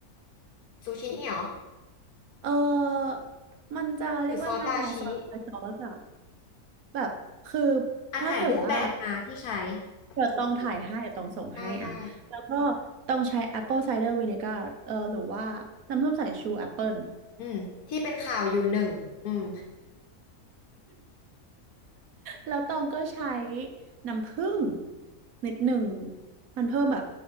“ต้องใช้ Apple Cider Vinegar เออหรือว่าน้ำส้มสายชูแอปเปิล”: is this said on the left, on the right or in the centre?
Right